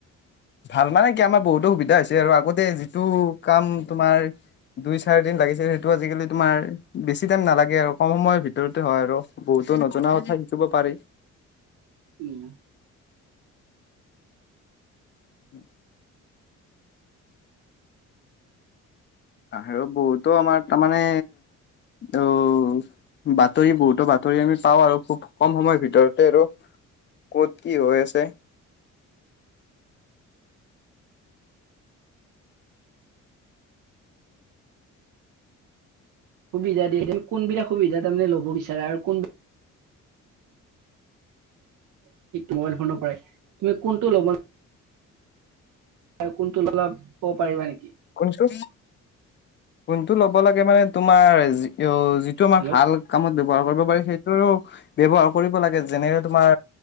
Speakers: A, on the left (about 40°); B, on the right (about 90°).
A: ভাল মানে কি আমাৰ বহুতো সুবিধা হৈছে আৰু, আগতে যিটো কাম তোমাৰ দুই চাৰি দিন লাগিছে সেইটো আজিকালি তোমাৰ বেছি টাইম নালাগে আৰু, কম সময়ৰ ভিতৰতে হয় আৰু, বহুতো নজুনা কথা শিকিব পাৰি।
B: উম,
A: <inaudible> আৰু বহুতো আমাৰ তাৰমানে অ' বাতৰি বহুতো বাতৰি আমি পাওঁ আৰু খুব কম সময়ৰ ভিতৰতে আৰু ক'ত কি হৈ আছে।
B: সুবিধা দিয়ে কোনবিলাক সুবিধা তাৰমানে ল'ব বিচাৰে আৰু কোন মোবাইল ফোনৰ পৰা তুমি কোনটো ল'বা? আৰু কোনটো ল'লা ক'ব পাৰিবা নেকি?
A: শুনিছো। কোনটো ল'ব লাগে মানে তোমাৰ অ' যিটো আমাৰ
B: হেল্ল'
A: ভাল কামত ব্যৱহাৰ কৰিব পাৰি সেইটো ব্যৱহাৰ কৰিব লাগে যেনেৰে, তোমাৰ